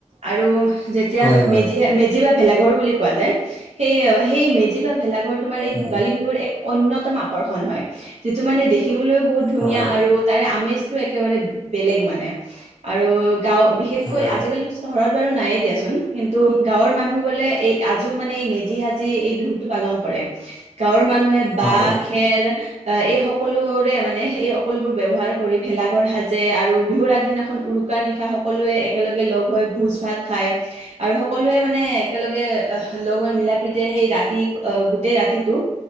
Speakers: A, on the right; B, on the right.
A: আৰু যেতিয়া
B: হয় হয়
A: মেজি মেজি বা ভেলা ঘৰ বুলি কোৱা যায়। সেই মেজি বা ভেলাঘৰ তোমাৰ এই
B: হয়
A: ভোগালী বিহুৰ এক অন্যতম আকৰ্ষণ হয়। যিটো মানে দেখি খিবলৈও বহুত ধুনীয়া
B: হয়
A: আৰু তাৰে আমেজটো একেবাৰে বেলেগ মানে। আৰু গাঁও বিশেষকৈ
B: হয়
A: আজিকালি চহৰত বাৰু নাই দিয়াচোন। কিন্তু গাঁৱৰ মানুহ বোলে এই আজিও মানে এই মেজি সাজি এই বিহুটো পালন কৰে। কৰে। গাঁৱৰ মানুহে বাঁহ,
B: হয়
A: খেৰ এই সকলো মানে সেই সকলোবোৰ ব্যৱহাৰ কৰি ভেলাঘৰ সাজে আৰু বিহুৰ আগদিনাখন উৰুকাৰ নিশা সকলোৱে একেলগে লগ হৈ ভোজ ভাত খায় আৰু সকলোৱে মানে একেলগে লগ হৈ মিলা প্ৰীতিৰে সেই ৰাতি গোটেই ৰাতিটো